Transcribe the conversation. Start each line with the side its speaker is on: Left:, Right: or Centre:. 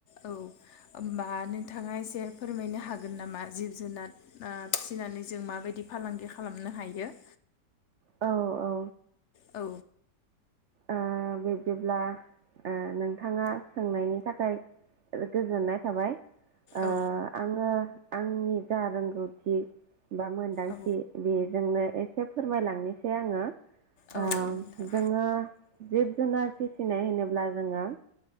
Left: औ ओमबा नोंथाङा एसे फोरमायनो हागोन नामा जिब जुनार ओ फिसिनानै जों माबायदि फालांगि खालामनो हायो।
Right: औ औ
Left: औ
Right: ओ बिब्दिब्ला ओ नोंथाङा सोंनायनि थाखाय गोजोननाय थाबाय। ओ
Left: औ
Right: आङो आंनि जा रोंगौथि बा मोनदांथि
Left: औ
Right: बेजोंनो एसे फोरमायलांनोसै आङो।
Left: औ।
Right: ओ
Left: नोंथां
Right: जोङो जिब जुनार फिसिनाय होनोब्ला जोङो